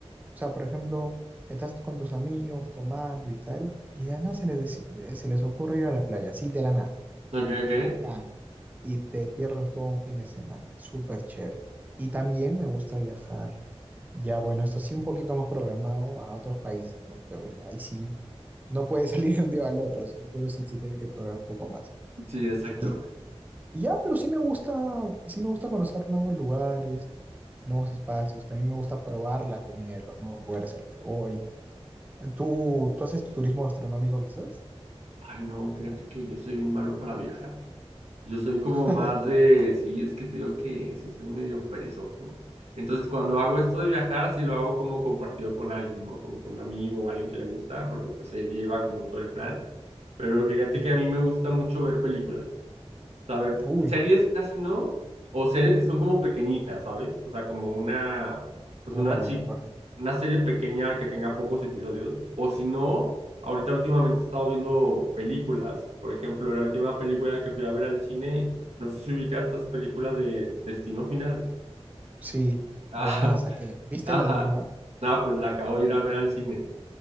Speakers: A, on the right; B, on the right.
A: O sea, por ejemplo, estás con tus amigos tomando y tal, y de la nada se les, deci- se les ocurre ir a la playa, así de la nada
B: Ok, ok.
A: bacán y te pierdas todo un fin de semana. Súper chévere. Y también me gusta viajar, ya bueno, esto sí un poquito más programado a otros países, ¿no? Pero ya ahí sí, no puede <laughs> salir de un día al otro, sino que eso sí se tiene que programar un poco más.
B: Sí, exacto.
A: Y, y ya, pero sí me gusta, sí me gusta conocer nuevos lugares, nuevos espacios. También me gusta probar la comida de los nuevos lugares a los que voy. ¿Tú, tú haces turismo gastronómico quizás?
B: Ay, no, fíjate que yo soy bien malo para viajar. Yo soy como
A: <laughs>
B: más de, sí, es que te digo que sí soy medio perezoso. Entonces, cuando hago esto de viajar, sí lo hago como compartido con alguien, ¿no? Como con un amigo o alguien que le gusta, porque pues él lleva como todo el plan. Pero fíjate
A: Ujú.
B: que a mí me gusta mucho ver películas. A
A: Uy,
B: series casi no, o series que son como pequeñitas, ¿sabes? O sea, como una, pues
A: ¿cómo
B: una
A: cuál?
B: chi-
A: A ver, por ejemplo.
B: una serie pequeña que tenga pocos episodios. O si no, ahorita últimamente he estado viendo películas. Por ejemplo, la última película que fui a ver al cine, no sé si ubicas estas películas de Destino Final. <laughs>
A: Sí,
B: Ajá,
A: buenaza, que ¿viste
B: ajá.
A: la última?
B: ah pues la acabo de ir a ver al cine.